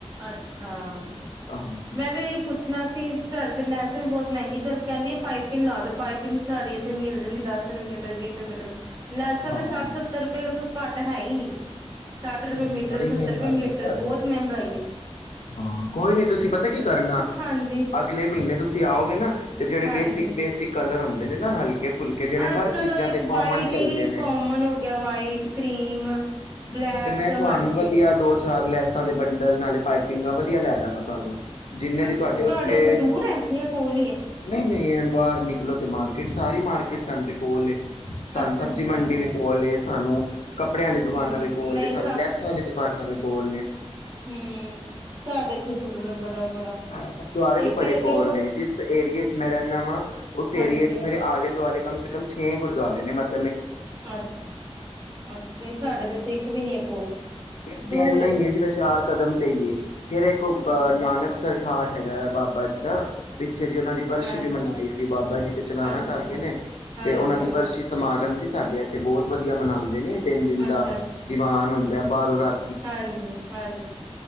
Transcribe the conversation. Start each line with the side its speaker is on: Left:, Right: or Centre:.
Right: ਅੱਛਾ,
Left: ਹਾਂਜੀ
Right: ਮੈਂ ਵੀ ਉਹੀ ਪੁੱਛ ਪੁੱਛਣਾ ਸੀ ਸਾਡੇ ਇਥੇ ਲੈਸਾ ਵੀ ਬੜੀਆਂ ਮੰਗਿਆ ਚੱਲ ਕਹਿੰਦੀ ਐ ਪਾਈਪਿੰਗ ਲਾ ਦੋ, ਪਾਈਪਿੰਗ ਸਾਡੇ ਏਥੇ ਮਿਲ ਜਾਂਦੀ ਏ, ਦਸ ਰੁਪਏ ਮੀਟਰ ਵੀਂ ਰੁਪਏ ਮੀਟਰ ਲੈਸਾਂ
Left: ਹਾਂ
Right: ਤਾਂ ਸਤ ਸਤਰ ਰੁਪਏ ਘੱਟ ਹੈ ਹੀ ਨੀ ਸੱਠ
Left: ਅੱਛਾ
Right: ਰੁਪਏ
Left: ਅੱਛਾ
Right: ਮੀਟਰ
Left: ਬੜੀ
Right: ਸੱਤਰ
Left: ਮਹਿੰਗਾਈ
Right: ਰੁਪਏ ਮੀਟਰ
Left: ਹੈ ਤੁਹਾਡੇ
Right: ਬਹੁਤ
Left: ਉੱਥੇ
Right: ਮਹਿੰਗਾਈ ਏ।
Left: ਹਾਂ ਕੋਈ ਨੀ ਤੁਸੀਂ ਪਤਾ ਕੀ ਕਰਨਾ,
Right: ਹਾਂਜੀ
Left: ਅਗਲੇ ਮਹੀਨੇ ਤੁਸੀਂ ਆਓਗੇ ਨਾ ਤੇ ਜਿਹੜੇ
Right: ਹਾਂਜੀ
Left: ਬੇਸਿਕ-ਬੇਸਿਕ ਕਲਰ ਹੁੰਦੇ ਨੇ ਨਾ ਹਲਕੇ ਫੁਲਕੇ ਜਿਹੜੇ
Right: ਅੱਜ
Left: ਹਰ
Right: ਕੱਲ
Left: ਚੀਜ਼ਾਂ
Right: ਉਹੀਓ
Left: ਤੇ ਕੋਮਨ
Right: ਵਾਈਟ
Left: ਚੱਲਦੇ
Right: ਹੀ
Left: ਨੇ
Right: ਕੋਮਨ ਹੋ ਗਿਆ ਵਾਈਟ ਕਰੀਮ ਬਲੈਕ
Left: ਤੇ ਮੈਂ ਤੁਹਾਨੂੰ
Right: ਹਾਂਜੀ
Left: ਵਧੀਆ ਦੋਚ ਚਾਰ ਲੈਸਾਂ ਦੇ ਬਣਡਲ ਨਾਲੇ ਪਾਈਪਿੰਗਾ ਵਧੀਆ ਲੈ ਦਾਂਗਾ ਤੁਹਾਨੂੰ, ਜਿੰਨੇ ਦੀ
Right: ਅੱਛਾ
Left: ਤੁਹਾਡੇ
Right: ਅੱਛਾ
Left: ਉੱਥੇ,
Right: ਦੂਰ ਹੈ ਜਾਂ ਕੋਲ ਹੀ ਹੈ
Left: ਨਹੀਂ-ਨਹੀਂ ਜਿਵੇਂ ਬਾਹਰ ਨਿਕਲੋ ਤੇ ਮਾਰਕੀਟ ਸਾਰੀ ਮਾਰਕੀਟ ਸਾਡੇ ਕੋਲ ਹੈ। ਸਨ
Right: ਅੱਛਾ
Left: ਸਬਜ਼ੀ
Right: ਅੱਛਾ
Left: ਮੰਡੀ ਵੀ ਕੋਲ ਹੈ। ਸਾਨੂੰ- ਕੱਪੜਿਆਂ
Right: ਹਮ
Left: ਨੇ ਦੁਕਾਨਾਂ ਵੇ ਬੋਲੇ
Right: ਨਹੀਂ
Left: ਸਾਨੂੰ, ਲੈਸਾ ਵਾਲੀ ਦੁਕਾਨ ਨਵੇ ਪੁਲ ਬੋਲ ਨੇ
Right: ਹੂ, ਸਾਡੇ ਇੱਥੇ ਦੂਰ ਐ ਬੜਾ ਬੜਾ
Left: ਸਾਨੂੰ ਗੁਰਦੁਆਰੇ ਵੀ
Right: ਇੱਕ
Left: ਬੜੇ
Right: ਤੇ ਇੱਧਰੋਂ
Left: ਕੋਲ ਨੇ, ਜਿਸ ਏਰੀਏ ਚ ਮੈਂ ਰਹਿ ਨਵਾਂ ਉਸ
Right: ਹਾਂਜੀ
Left: ਏਰੀਏ ਚ ਮੇਰੇ ਆਲੇ ਦਵਾਲੇ ਕਮ ਸੇ ਕਮ, ਛੇ ਗੁਰਦੁਆਰੇ ਨੇ ਮਤ
Right: ਅੱਛਾ ਅੱਛਾ, ਸਾਡੇ ਤੇ ਇੱਥੇ ਇੱਕ ਵੀ ਨੀ ਹੈ ਕੋਲ
Left: ਇੱਕ ਤਾਂ
Right: ਦੂਰ
Left: ਇਨਾ ਹੀ ਹੈ, ਜਿਵੇਂ ਚਾਰ ਕਦਮ ਸਹੀ ਹੈ। ਫਿਰ ਇੱਕ
Right: ਅੱਛਾ ਅੱਛਾ
Left: ਨਾਨਕ ਸਰ ਠਾਠ ਹੈਗਾ ਹੈ, ਬਾਬਾ ਜੀ ਦਾ ਪਿੱਛੇ ਜੀ ਉਹਨਾਂ ਦੀ ਬਰਸੀ
Right: ਹਾਂਜੀ
Left: ਵੀ ਮਨਾਈ ਸੀ, ਬਾਬਾ ਜੀ ਤੇ ਚਲਾਣਾ
Right: ਅੱਛਾ
Left: ਕਰ ਗਏ ਨੇ,
Right: ਹਾਂਜੀ
Left: ਤੇ ਉਹਨਾਂ
Right: ਹਾਂਜੀ
Left: ਦੀ ਬਰਸੀ ਸਮਾਗਮ ਸੀ। ਸਾਡੇ ਇੱਥੇ ਬਹੁਤ ਵਧੀਆ ਮਨਾਉਂਦੇ ਨੇ ਤਿੰਨ ਦਿਨ ਦਾ
Right: ਅੱਛਾ ਅੱਛਾ
Left: ਦੀਵਾਨ ਹੁੰਦਾ ਬਾਰ ਔ ਰੱਖ
Right: ਹਾਂਜੀ ਹਾਂਜੀ